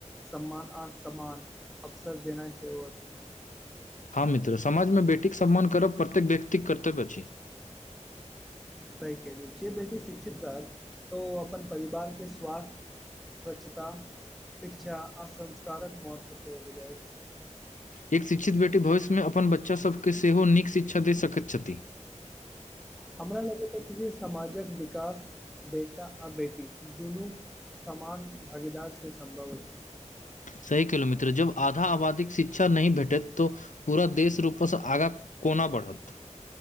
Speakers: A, in the centre; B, on the left (about 85°).
A: सम्मान आ समान अवसर देना सेहो छै
B: हँ मित्र समाजमे बेटीके सम्मान करब प्रत्येक व्यक्तिक कर्तव्य अछि
A: सही के छै जे बेटी शिक्षित रहत तऽ ओ अपन परिवार के स्वास्थ्य स्वच्छता शिक्षा आ संस्कारक महत्व सेहो बुझायत
B: एक शिक्षित बेटी भविष्य मे अपन बच्चासभकेँ सेहो नीक शिक्षा दे सकैत छथि
A: हमरा लोगक अछि जे समाजक विकास बेटा आ बेटी दुनू समान भगीदार से सम्भव अछि
B: सही केलो मित्र जब आधा आबादीक शिक्षा नहि भेटैत तऽ पूरा देश रूप सँ आगाँ कोना बढ़त